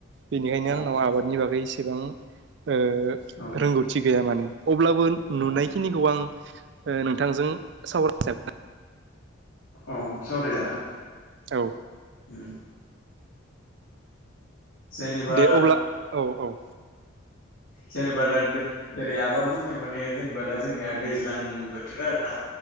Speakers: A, on the right; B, on the left.
A: बेनिखायनो
B: औ
A: आंनाव आबादनि बागै सो। सेबां। ओ
B: औ
A: रोंगौथि गैया माने अब्लाबो नुनायखिनिखौ
B: औ
A: आं। ओ नोंथांजों सावराय जा।
B: औ सावरायजागोन।
A: औ।
B: उम जेनेबा
A: दे अब्ला औ औ।
B: जेनेबा दा जेरै आबाद बुंनाय माने जेनेबा दा जोंनिया दैज्लां बोथोर आरो ना